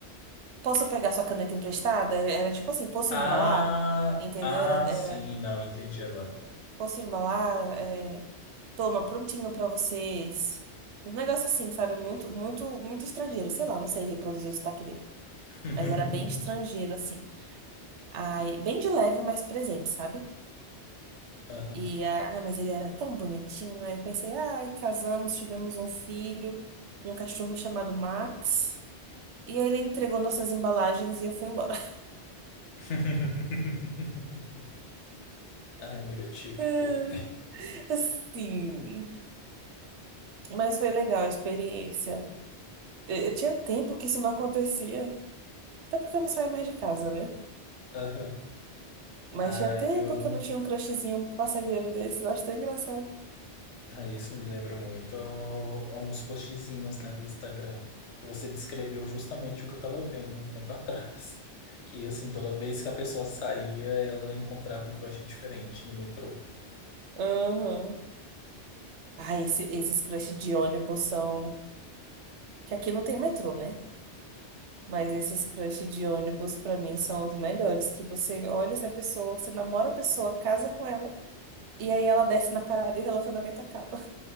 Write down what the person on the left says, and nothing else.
Ah,
ah,
sim, não, entendi agora.
<laughs>
Aham.
<laughs> Ai, amigo, típico.
Aham.
Ah,
eu.
Ah, isso me lembra muito uns postzinhos, né, do Instagram, que você descreveu justamente o que eu tava vendo um tempo atrás. <laughs> Que, assim, toda vez que a pessoa saía, ela encontrava um crush diferente no metrô.